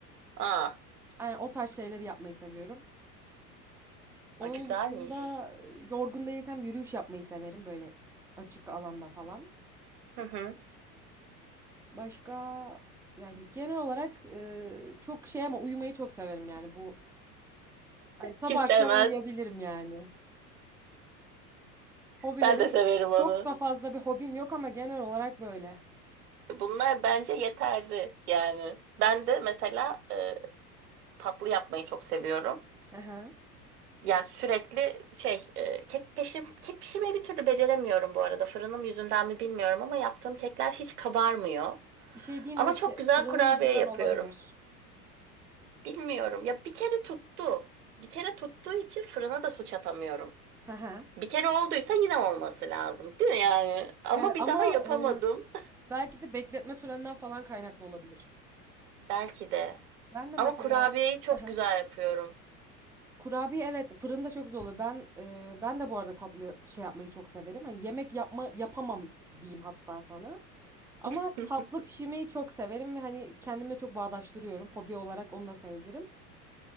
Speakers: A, on the right; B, in the centre.
A: Aa,
B: Yani o tarz şeyleri yapmayı seviyorum. Onun
A: a, güzelmiş.
B: dışında e, yorgun değilsem yürüyüş yapmayı severim böyle açık alanda falan.
A: Hı hı.
B: Başka yani genel olarak e, çok şey ama uyumayı çok severim yani bu hani sabah
A: Kim sevmez?
B: akşam uyuyabilirim yani. Hobilerim
A: Ben de severim
B: çok
A: onu.
B: da fazla bir hobim yok ama genel olarak böyle.
A: Bunlar bence yeterli yani. Ben de mesela e, tatlı yapmayı çok seviyorum.
B: Hı hı.
A: Yani sürekli şey e, kek peşim kek pişirmeyi bir türlü beceremiyorum bu arada. Fırınım yüzünden mi bilmiyorum ama yaptığım kekler hiç kabarmıyor.
B: Bir şey diyeyim
A: Ama
B: mi
A: çok
B: ki
A: güzel
B: fırının
A: kurabiye
B: yüzünden
A: yapıyorum.
B: olabilir.
A: Bilmiyorum. Ya bir kere tuttu. Bir kere tuttuğu için fırına da suç atamıyorum.
B: Hı hı.
A: Bir kere olduysa yine olması lazım, değil mi yani? Ama
B: E,
A: bir
B: ama
A: daha yapamadım.
B: e, belki de bekletme sürenden falan kaynaklı olabilir.
A: <laughs> Belki de.
B: Ben de mesela
A: Ama kurabiyeyi çok
B: <laughs>
A: güzel yapıyorum.
B: Kurabiye evet fırında çok zor oluyor. Ben e, ben de bu arada tatlı şey yapmayı çok severim. Hani yemek yapma yapamam diyeyim hatta sana. Ama
A: <laughs>
B: tatlı pişirmeyi çok severim ve hani kendimle çok bağdaştırıyorum. Hobi olarak onu da sayabilirim.